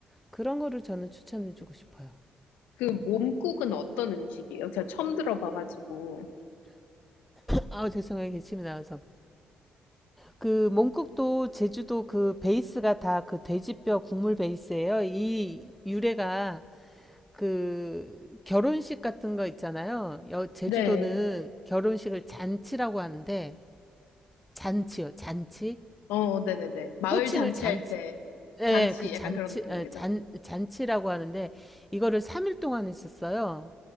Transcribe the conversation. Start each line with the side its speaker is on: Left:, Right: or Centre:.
Centre: 그런 거를 저는 추천해 주고 싶어요.
Left: 그 몸국은 어떤 음식이에요? 제가 처음 들어봐가지고.
Centre: 아, 죄송해요. 기침이 나와서. 그 몽국도 제주도 그 베이스가 다 그 돼지뼈 국물 베이스예요. 이 유래가 그 결혼식 같은 거 있잖아요. 여, 제주도는
Left: 네,
Centre: 결혼식을 잔치라고 하는데 잔치요. 잔치.
Left: 어, 네네네. 마을
Centre: 호칭을
Left: 잔치할
Centre: 잔치
Left: 때,
Centre: 예,
Left: 잔치
Centre: 그 잔치,
Left: 약간 그런 느낌인
Centre: 에,
Left: 거죠?
Centre: 잔, 잔치라고 하는데, 이거를 3일 동안 했었어요.